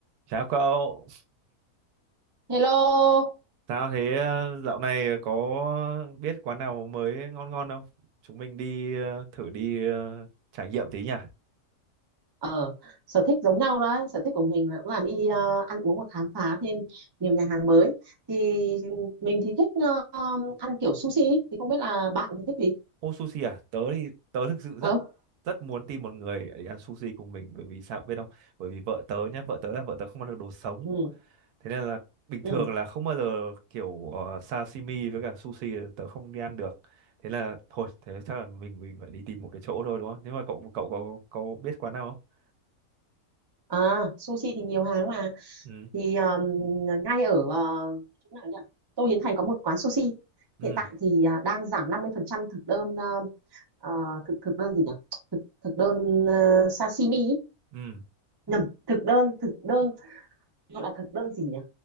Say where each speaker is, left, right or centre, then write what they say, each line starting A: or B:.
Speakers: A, on the right (about 90°); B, on the right (about 30°).
A: Chào cậu,
B: Hello,
A: sao thế ờ, dạo này có biết quán nào mới ngon ngon không? Chúng mình đi ờ, thử đi ờ, trải nghiệm tí nhỉ.
B: ờ sở thích giống nhau đấy sở thích của mình là cũng là đi ờ, ăn uống và khám phá thêm nhiều nhà hàng mới thì mình thì thích ờ, ăn kiểu sushi ý. thì không biết là bạn thì thích gì
A: Ô sushi à? Tớ thì tớ thực sự rất
B: không
A: rất muốn tìm một người để ăn sushi cùng mình bởi vì sao cũng biết không? Bởi vì vợ tớ nhá, vợ tớ là vợ tớ không ăn được đồ sống.
B: ừ
A: Thế nên là bình
B: ừ
A: thường là không bao giờ kiểu ờ, sashimi với cả sushi là tớ không đi ăn được. Thế là thôi, thế chắc là mình mình phải đi tìm một cái chỗ thôi đúng không? Nếu mà cậu cậu có có biết quán nào không?
B: à sushi thì nhiều hàng mà
A: Ừ.
B: thì ờ, ngay ở ờ, chỗ nào nhỉ Tô Hiến Thành có một quán sushi
A: Ừ.
B: hiện tại thì ờ, đang giảm 50% thực đơn ờ, ờ, thực thực đơn gì nhỉ thực, thực đơn ờ, sashimi ý.
A: Ừ.
B: nhầm thực đơn thực đơn gọi là thực đơn gì nhỉ